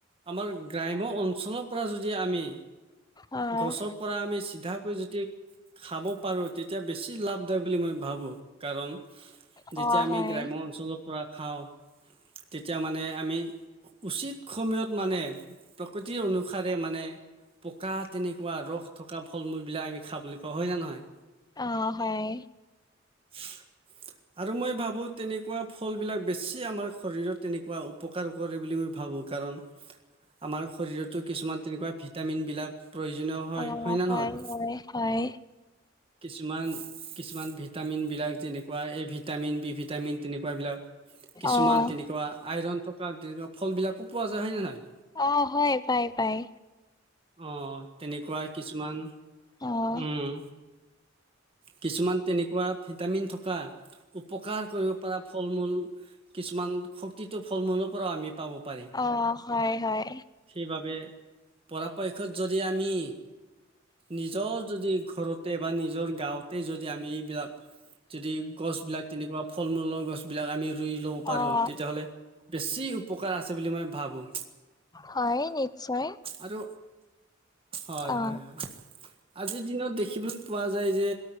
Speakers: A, on the right; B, on the left.
A: আমাৰ গ্ৰাম্য অঞ্চলত পৰা যদি আমি,
B: অ',
A: গছৰ পৰা আমি চিধাকৈ যদি খাব পাৰোঁ। তেতিয়া বেছি লাভদায়ক বুলি মই ভাবোঁ, কাৰণ যেতিয়া
B: অ',
A: আমি
B: হয়,
A: গ্ৰাম্য অঞ্চলৰ পৰা খাওঁ তেতিয়া মানে আমি উচিত সময়ত মানে প্ৰকৃতিৰ অনুসাৰে মানে পকা তেনেকুৱা ৰস থকা ফল-মূলবিলাক আমি খাবলৈ পাওঁ হয় নে নহয়?
B: অহ, ‌ হয়।
A: <unintelligible> আৰু মই ভাবোঁ তেনেকুৱা ফলবিলাক বেছি আমাৰ শৰীৰত তেনেকুৱা উপকাৰ কৰে বুলি মই ভাবোঁ। ভাবোঁ কাৰণ আমাৰ শৰীৰতো কিছুমান তেনেকুৱা ভিটামিনবিলাক প্ৰয়োজনীয় হয়।
B: অ',
A: হয় না নহয়?
B: হয়, হয়,
A: কিছুমান-কিছুমান ভিটামিনবিলাক যেনেকুৱা এ ভিটামিন, বি ভিটামিন তেনেকুৱাবিলাক। কিছুমান
B: অ',
A: তেনেকুৱা আইৰন থকা তেনেকুৱা ফলবিলাকো পোৱা যায় হয় নে নহয়?
B: অ', হয়, পায়, পায়।
A: অহ, তেনেকুৱা কিছুমান
B: অ',
A: উম। কিছুমান তেনেকুৱা ভিটামিন থকা উপকাৰ কৰিব পৰা। ফল-মূল কিছুমান শক্তিটো ফল-মূলৰ পৰাও আমি পাব পাৰি।
B: অ', হয়, হয়,
A: সেইবাবে পৰাপক্ষত যদি আমি আমি নিজৰ যদি ঘৰত বা নিজৰ গাঁৱতে যদি আমি এইবিলাক যদি গছবিলাক তেনেকুৱা ফল-মূলৰ গছবিলাক আমি ৰুই ল'ব পাৰোঁ,
B: অ',
A: তেতিয়াহ'লে বেছি উপকাৰ আছে বুলি মই ভাবোঁ।
B: হয়, নিশ্চয়।
A: আৰু হয়,
B: অ',
A: হয়, হয়। আজিৰ দিনত দেখিবলৈ পোৱা যায় যে,